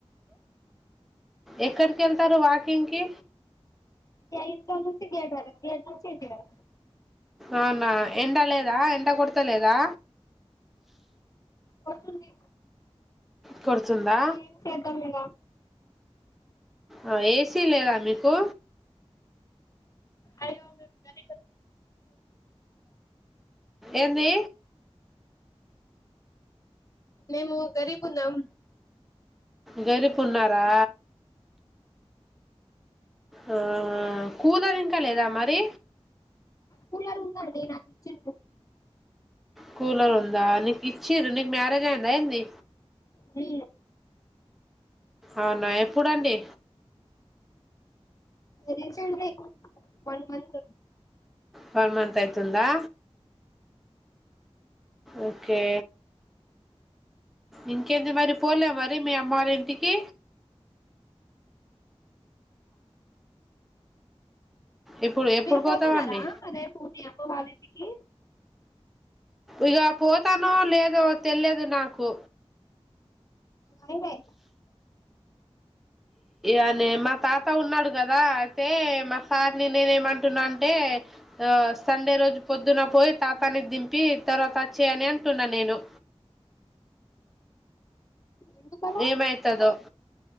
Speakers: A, in the centre; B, on the left.
A: ఎక్కడికి వెళ్తారు వాకింగ్కిి
B: ఇంట్లో నుంచి గేట్ వరకు గేట్ నుంచి ఇంటి వరకు
A: అవునా ఎండ లేదా ఎండ కొడత లేదా
B: వస్తుంది
A: కుడుతుందా
B: ఏమ్ చేద్దమిగ
A: ఆ ఏసీ లేదా మీకు
B: అయి ఉండవ్ గా
A: ఎంది
B: మేము గరీబ్ ఉన్నాం
A: గరిపు ఉన్నారా ఆ కూలర్ ఇంకా లేదా మరి
B: కూలర్ ఉందండి నాకి చిన్
A: కూలర్ ఉందా నీకు ఇచ్చి రు నీకు మ్యారేజ్ అయి్యందా ఏంది
B: ఛీ
A: అవునా ఎప్పుడండి
B: రీసెంట్లి వన్ మంత
A: వన్మంత్ అయితుందా ఓకే ఇంకేంది మరి పోలే మరి మీ అమ్మల ఇంటికి ఇప్పుడు ఎప్పుడు
B: మీరు
A: పోతావండి
B: పోతున్నార అదే రేపు మీ అమ్మ వాళ్ళింటికి
A: ఇక పోతానో లేదో తెలియదు నాకు
B: అయినయి
A: ఆ అనే మా తాత ఉన్నాడు కదా అయితే మా సార్ని నేనేమంటున్నా అంటే ఆ సండే రోజు పొద్దున పోయి తాతాని దింపి తర్వాత వచ్చేయని అంటున్నా నేను ఆ
B: ఎందుకలా
A: ఏమయిత దో